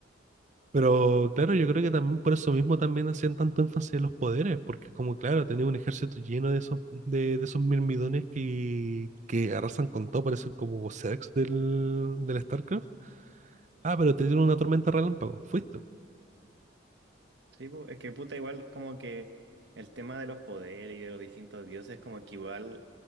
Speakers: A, on the right; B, on the right.
A: Pero claro, yo creo que también por eso mismo también hacían tanto énfasis en los poderes, porque es como claro, tenía un ejército lleno de esos, de, de esos mirmidones que, que arrasan con todo, por eso como Zex del, del StarCraft. Ah, pero te dieron una tormenta relámpago, fuiste.
B: Sí, po, es que puta, igual como que el tema de los poderes y de los distintos dioses, como que igual